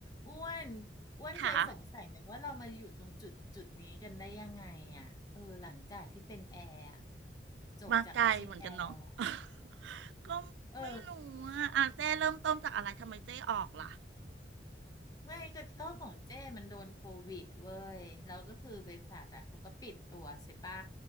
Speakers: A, on the left; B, on the right.
A: อ้วนอ้วนเคยสงสัยไหมว่าเรามาอยู่ตรงจุดจุดนี้กันได้ยังไงอ่ะเออหลังจากที่เป็นแอร์อะ
B: ค่ะ
A: จบจากอาชีพแอร์แล้วอะ
B: มาไกลเหมือนกันเนาะ <laughs> ก็ไม่รู้ว่าอะอ่ะเจ้เริ่มต้นจากอะไรทำไมเจ้ออกล่ะ
A: เออ ไม่ก็ก็ของเจ้มันโดนโควิดเว้ยแล้วก็คือบริษัทอ่ะเขาก็ปิดตัวใช่ป่ะ